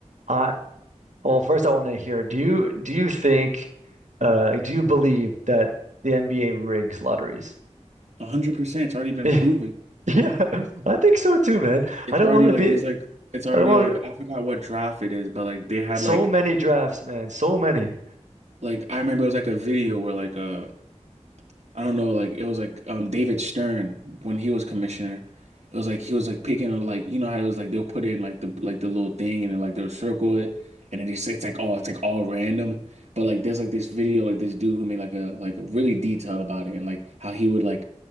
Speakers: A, on the right (about 80°); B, on the right (about 65°).
A: I well, first I want to hear, do you do you think uh do you believe that the NBA rigs lotteries?
B: 100%? It's already been
A: <laughs>
B: proven.
A: Yeah, I think so too, man.
B: It's
A: I don't
B: already
A: want to
B: like
A: be
B: there's like it's already
A: I don't want
B: like I forgot what draft it is, but like they had
A: so
B: like
A: many drafts, man. So many.
B: like I remember it was like a video where like uh I don't know, like it was like um David Stern when he was commissioner. It was like he was like picking on like you know how it was like they'll put in like the like the little thing and then like they'll circle it and then they say it's like all it's like all random. But like there's like this video like this dude who made like a like a really detailed about it and like how he would like